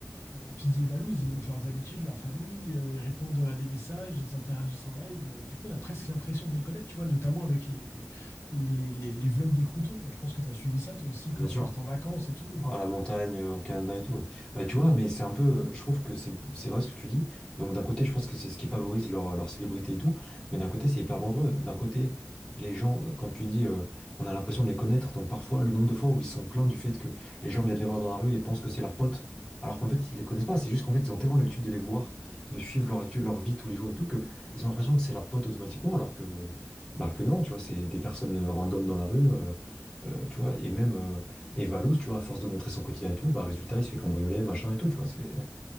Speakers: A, on the left; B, on the left.
A: Euh, Piddy et Valouz, ils montrent leurs habitudes, leur famille, euh, ils répondent à des messages, ils interagissent en live. euh, du coup, on a presque l'impression de les connaître, tu vois, notamment avec les, les, les, les vlogs des croutons. Tu vois, je pense que tu as suivi ça, toi aussi, quand
B: bien sûr.
A: ils partent en vacances et tout.
B: à la montagne, euh, au Canada et tout. ouais. Bah tu
A: Mm.
B: vois, mais c'est un peu, je trouve que c'est c'est vrai ce que tu dis. Donc d'un côté, je pense que c'est ce qui favorise leur, leur célébrité et tout, mais d'un côté, c'est hyper dangereux. D'un côté, les gens, euh, quand tu dis, euh, on a l'impression de les connaître, donc parfois, le nombre de fois où ils sont plaints du fait que les gens viennent les voir dans la rue et pensent que c'est leurs potes, alors qu'en fait, ils les connaissent pas. C'est juste qu'en fait, ils ont tellement l'habitude de les voir, de suivre leur, actu- leur vie tous les jours et tout, que ils ont l'impression que c'est leurs potes automatiquement, alors que, bah, que non, tu vois, c'est des personnes euh, random dans la rue. euh, euh, tu vois, et même euh, et Valouz, tu vois, à force de montrer son quotidien et tout, bah résultat, il se fait cambrioler, machin et tout, tu vois. C'est...